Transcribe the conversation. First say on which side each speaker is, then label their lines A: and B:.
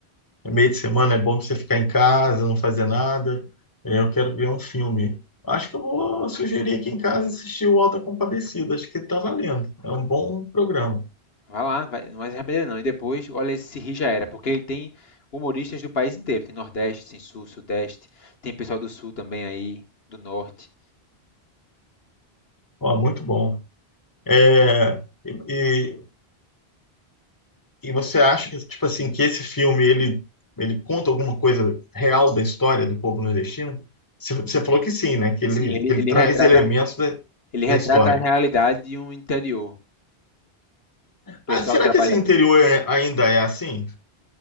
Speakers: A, on the left; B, on the left.
A: No Meio de semana é bom pra você ficar em casa, não fazer nada. É, Eu quero ver um filme. Acho que eu vou sugerir aqui em casa assistir o Alta Compadecida. Acho que tá valendo. É um bom programa.
B: Vai lá, vai, não vai se arrepender não. E depois, olha se rir já era, porque ele tem humoristas do país inteiro. Tem Nordeste, tem Sul, Sudeste, tem pessoal do Sul também aí, do Norte.
A: Ó, muito bom. É, e, e e você acha que, tipo assim, que esse filme, ele, ele conta alguma coisa real da história do povo nordestino? Você você falou que sim, né? Que ele,
B: Sim, ele,
A: que ele
B: ele
A: traz
B: retrata,
A: elementos da,
B: ele retrata
A: da história.
B: a realidade de um interior, pessoal
A: Mas será
B: trabalhador.
A: que esse interior é- ainda é assim?